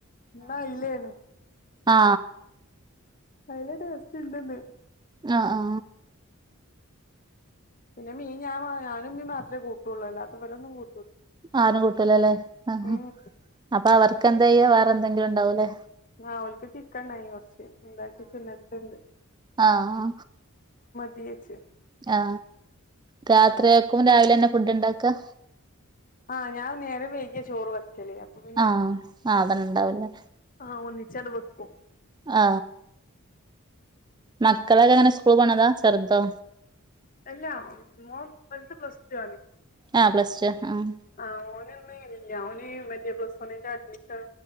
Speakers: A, on the left; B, on the right.
A: ഇന്ന് അയിലാണ്
B: ആ ആ
A: അയില ടേസ്റ്റ്ണ്ട്ന്ന്
B: ആ ആ
A: പിന്നെ മീൻ ഞാൻഞാനും ഉമ്മിം മാത്രെ കൂട്ടൂള്ളൂ അല്ലാതെ ഇവരൊന്നും കൂട്ടൂല
B: ആരും കൂട്ടൂലല്ലേ ആ
A: ഉം
B: അപ്പൊ അവർക്കെന്താ ചെയ്യ വേറെ എന്തെങ്കിലും ഉണ്ടാവൂല്ലേ
A: ആ ഓൽക്ക് ചിക്കണ്ടായി കൊറച്ച് ഉണ്ടാക്കിച്ചേ ഇന്നലത്തെ ഇണ്ട്
B: ആ ആ
A: ദിയച്ച <unintelligible>
B: ആ രാത്രിയാക്കും രാവിലെന്നെ ഫുഡ് ഇണ്ടാക്ക
A: ആ ഞാൻ നേരെം വൈകിയ ചോറ് വെക്കല്അപ്പൊ പിന്നെ
B: ആഹ് ആഹ് അതന്നെ ഉണ്ടാവൂലേ
A: ആ ഒന്നിച്ചണ്ട് വെക്കും
B: ആ
A: ഉം
B: മക്കളൊക്കെങ്ങനെ സ്കൂൾ പോണതാ ചെർതൊ
A: അല്ല മോൻ വല്ത് പ്ലസ് ടു ആണ്
B: ആഹ് പ്ലസ് ടു ആഹ്
A: ആ ഓ ന്‌ ഇന്ന് ഇല്ല ഓന് മറ്റെ പ്ലസ് വണ്ണിന്റെ അഡ്മിഷൻ